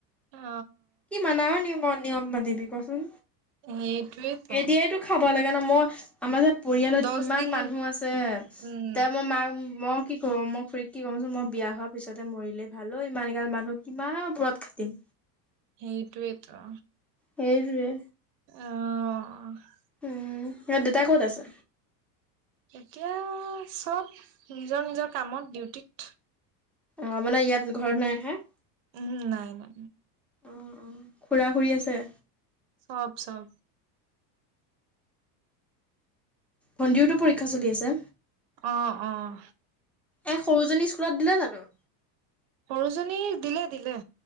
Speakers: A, on the right; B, in the centre.
A: অ
B: কিমান আও <unintelligible> নিয়ম বান্ধিবি কচোন?
A: সেইটোৱেতো
B: এতিয়াইতো খাব লাগে ন, মই। আমাৰ যে পৰিয়ালত
A: দহ
B: ইমান
A: দিন
B: মানুহ আছে,
A: উম
B: তেওঁ মই মাক মই কি। অ মই খুৰীক কি কমচোন, মই বিয়া হোৱাৰ পিছতে মৰিলেই ভাল ঐ, ইমান গাল মানুহ কিমান বত খাাটিম।
A: সেইটোৱেই টো
B: সেইটোৱে।
A: আহ অহ।
B: উম <unintelligible> দেউতাই ক'ত আছে?
A: এতিয়া চব নিজৰ নিজৰ কামত, ডিউটিত।
B: অ মানে ইয়াত ঘৰত নাই নহয়?
A: উহোঁ নাই নাই।
B: অঁ অঁ খুৰা খুৰী আছে
A: চব চব
B: ভণ্টীৰোতো পৰীক্ষা চলি আছে
A: অ অ
B: এ সৰুজনী স্কুলত দিলে জানো
A: সৰুজনী দিলে দিলে